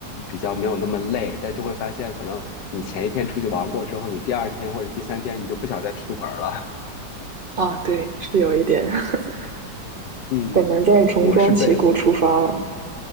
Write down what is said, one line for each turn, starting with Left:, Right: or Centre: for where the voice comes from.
Left: 比较没有那么累，但就会发现，可能你前一天出去玩过之后，你第二天或者第三天你就不想再出门了。
Right: 啊，对，是有一点，<laughs>
Left: <laughs> 嗯，
Right: 很难再重装旗鼓出发了。
Left: 我是被，